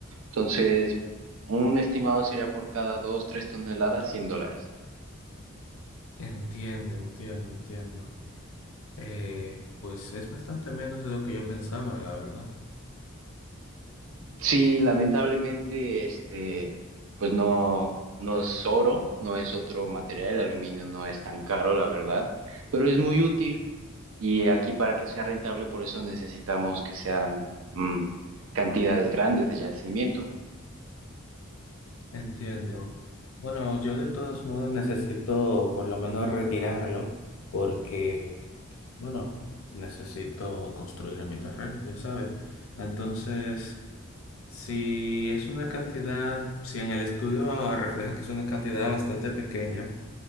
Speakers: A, on the right; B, on the left.
A: Entonces, un estimado sería por cada 2, 3 toneladas 100 dólares.
B: Entiendo, entiendo, entiendo. Eh, pues es bastante menos de lo que yo pensaba, la verdad.
A: Sí, lamentablemente, este, pues no, no es oro, no es otro material, el aluminio no es tan caro, la verdad, pero es muy útil y aquí para que sea rentable, por eso necesitamos que sean mm, cantidades grandes de yacimiento.
B: Entiendo. Bueno, yo de todos modos necesito por lo menos retirarlo porque, bueno, necesito construir en mi terreno, ya sabes. Entonces, si es una cantidad, si en el estudio ah, refleja que es una cantidad bastante pequeña,